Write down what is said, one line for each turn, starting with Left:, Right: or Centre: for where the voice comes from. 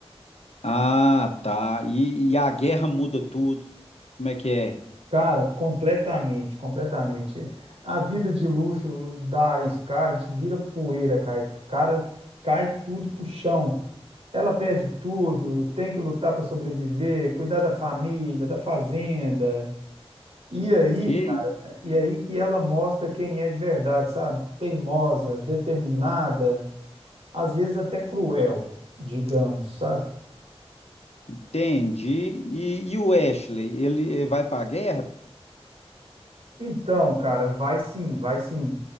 Left: Ah, tá. E, e a guerra muda tudo. Como é que é?
Right: Cara, completamente, completamente. A vida de luxo da Scarlett vira poeira, cara. Cara, cai tudo pro chão. Ela perde tudo, tem que lutar para sobreviver, cuidar da família, da fazenda. E aí,
Left: Que?
Right: cara, e aí que ela mostra quem é de verdade, sabe? Teimosa, determinada. às vezes até cruel, digamos, sabe?
Left: Entendi. E, e o Ashley, ele vai para a guerra?
Right: Então, cara, vai sim, vai sim.